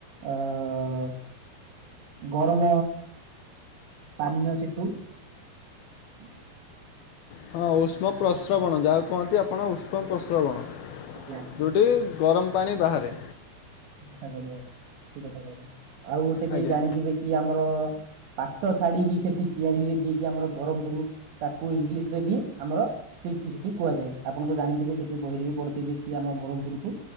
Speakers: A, on the right; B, on the left.
A: ଅ ଗରମ ପାନୀୟ ସେତୁ ହୁଁ <inaudible>
B: ହଁ ଉଷ୍ମ ପ୍ରସ୍ରବଣ ଯାହାକୁ କହନ୍ତି ଆପଣ ଉଷ୍ମ ପ୍ରସ୍ରବଣ
A: ଦିଆଯାଏ
B: ଯେଉଁଠି
A: ଠିକ
B: ଗରମ ପାଣି ବାହାରେ।
A: <unintelligible> ଆଉ ଗୋଟେ ବି
B: ଆଜ୍ଞା
A: ଜାଣିଥିବେ କି ଆମର ପାଟ ଶାଢୀ ବି ସେଠି ତିଆରି ହୁଏ। ଯିଏକି ଆମର ବ୍ରହ୍ମପୁର ତାକୁ ଇଂଲିଶ ରେ ବି ଆମର ସିଲିକି ସିଟି କୁହାଯାଏ। ଆପଣ ତ ଜାଣିଥିବେ ସେଠି ବହିରେ ବି ପଢ଼ିଥିବେ କି ଆମ ବ୍ରହ୍ମପୁରକୁ